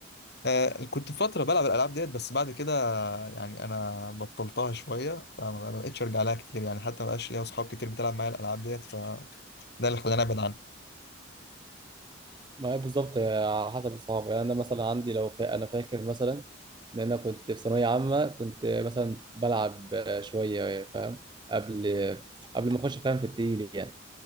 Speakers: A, on the left; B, on the right.
A: آه، كنت فترة بلعب الألعاب ديت بس بعد كده يعني أنا بطلتها شوية فما ما بقتش أرجع لها كتير يعني حتى ما بقاش ليا أصحاب كتير بتلعب معايا الألعاب ديت فده اللي خلاني أبعد عنها
B: ما هي بالظبط على حسب الصحاب يعني انا مثلا عندي لو فا... انا فاكر مثلا ان انا كنت في ثانويه عامه كنت مثلا بلعب شويه فاهم قبل قبل ما اخش فاهم في التقيل يعني